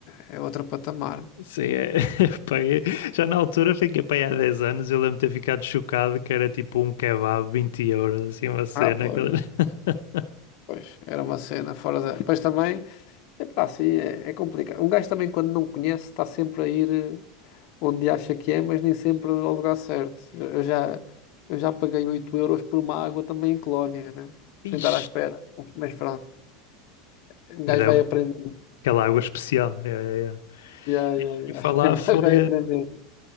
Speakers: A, on the left; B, on the left.
A: é, é outro patamar.
B: Sim, é. <laughs> Pá, eu- Já na altura fiquei para aí há 10 anos. Eu lembro de ter ficado chocado que era tipo um kebab 20 euros, assim, uma cena.
A: Ah, pois,
B: aquela- <laughs>
A: pois, era uma cena fora da. Pois também. Epá, sim, é, é complicado. Um gajo também, quando não conhece, está sempre a ir eh, onde acha que é, mas nem sempre ao lugar certo. Eu já, eu já paguei 8 euros por uma água também em Colónia, né? Sem
B: Ixi.
A: estar à espera. Mas pronto, um gajo
B: Era.
A: vai aprendendo.
B: Aquela água especial. É, é, é.
A: Yeah, yeah,
B: E eu ouvi
A: yeah.
B: falar
A: <laughs> Um
B: foi,
A: gajo vai aprendendo.